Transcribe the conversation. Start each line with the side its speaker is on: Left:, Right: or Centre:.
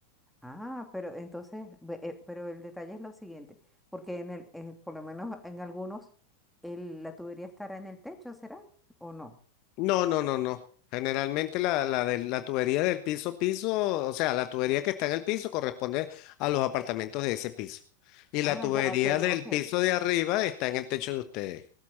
Centre: Ah, pero entonces, ve- eh, pero el detalle es lo siguiente, porque en el, eh, por lo menos en algunos, el- la tubería estará en el techo, ¿será? ¿O no?
Left: No, no, no, no. Generalmente la, la, de, la tubería del piso piso, o sea, la tubería que está en el piso corresponde a los apartamentos de ese piso. Y la
Centre: Ah,
Left: tubería
Centre: ya, ok,
Left: del
Centre: ok.
Left: piso de arriba está en el techo de ustedes,